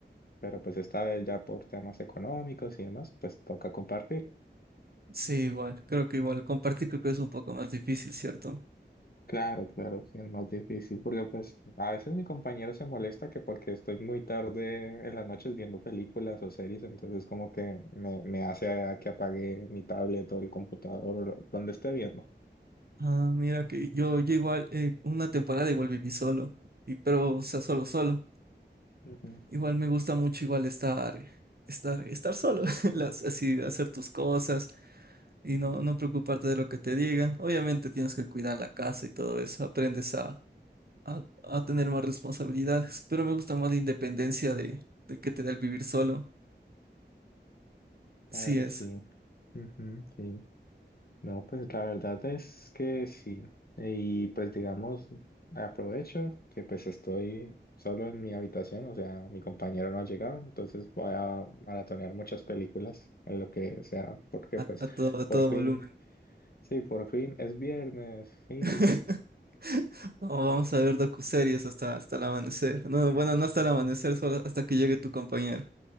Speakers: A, on the left (about 55°); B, on the right (about 55°).
A: pero pues esta vez ya por temas económicos y demás, pues toca compartir.
B: Sí, igual, creo que igual compartir creo que es un poco más difícil, ¿cierto?
A: Claro, claro, sí, es más difícil porque pues a veces mi compañero se molesta que porque estoy muy tarde en las noches viendo películas o series, entonces como que me, me hace a que apague mi tablet o el computador o lo- donde esté viendo.
B: Ah, mira que yo, yo igual, eh, una temporada igual viví solo, y, pero o sea, solo, solo.
A: Ujú.
B: Igual me gusta mucho igual estar, estar, estar solo, <laughs> las, así hacer tus cosas y no, no preocuparte de lo que te digan. Obviamente tienes que cuidar la casa y todo eso, aprendes a, a, a tener más responsabilidades, pero me gusta más la independencia de, de que te da el vivir solo. Sí
A: Claro,
B: es,
A: sí. Ujú, sí. No, pues la verdad es que sí. Y pues digamos, aprovecho que pues estoy solo en mi habitación, o sea, mi compañero no ha llegado, entonces voy a maratonear muchas películas en lo que sea, porque
B: a,
A: pues
B: a todo, a todo
A: por fin,
B: volumen.
A: sí, por fin es viernes, sí,
B: <laughs> Oh, vamos a ver docuseries hasta, hasta el amanecer. No, bueno, no hasta el amanecer, solo hasta que llegue tu compañero.